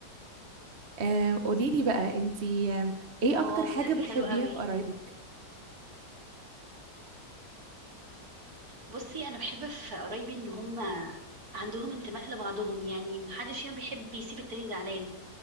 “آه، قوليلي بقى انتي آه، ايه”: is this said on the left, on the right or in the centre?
Right